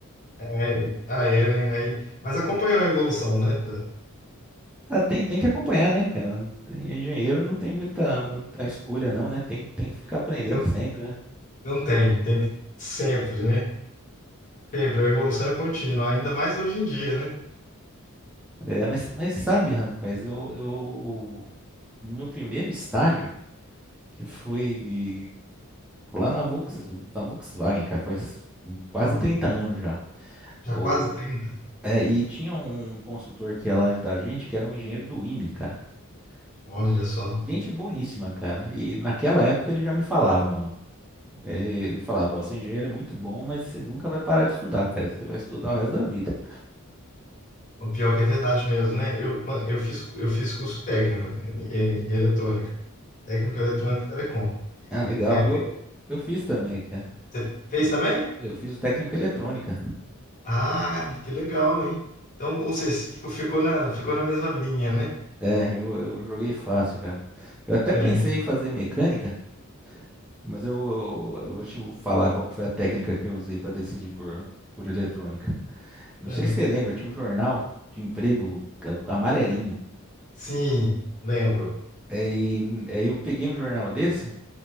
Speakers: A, on the left (about 35°); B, in the centre.
A: É, ah, é, né? Aí, mas acompanhou a evolução, né? Da-
B: Ah, tem, tem que acompanhar, né, cara? Tem- engenheiro não tem muita, muita escolha, não, né? Tem, tem que ficar aprendendo
A: Não,
B: sempre, né?
A: não tem, tem que- sempre, né? Sempre, a evolução é contínua, ainda mais hoje em dia, né?
B: É, mas, mas sabe, rapaz, eu, eu, no meu primeiro estágio, que foi Lá na Volks, na Volkswagen, cara, faz quase
A: Ó,
B: trinta anos já.
A: já
B: O-
A: quase 30.
B: é, e tinha um consultor que ia lá ajudar a gente, que era um engenheiro do IME, cara.
A: olha
B: Ge-
A: só.
B: Gente boníssima, cara. E naquela época ele já me falava, mano. Ele, ele falava, ó, ser engenheiro é muito bom, mas você nunca vai parar de estudar, cara. Você vai estudar o resto da vida.
A: O pior que é verdade mesmo, né? Eu, quan- eu fiz, eu fiz curso técnico, né? Em, em eletrônica. Técnico eletrônico e telecom.
B: Ah, legal.
A: É,
B: Eu, eu fiz também, cara.
A: você fez
B: Eu,
A: também?
B: eu fiz o técnico em eletrônica.
A: Ah, que legal, hein? Então, ou seja, você ficou, ficou na, ficou na mesma linha, né?
B: É, eu, eu joguei fácil, cara. Eu até
A: É,
B: pensei em fazer mecânica, Mas eu, eu, eu vou te falar qual que foi a técnica que eu usei para decidir por, por eletrônica. Não
A: é.
B: sei se você lembra, tinha um jornal de emprego a- amarelinho.
A: Sim, lembro.
B: Aí, aí eu peguei um jornal desse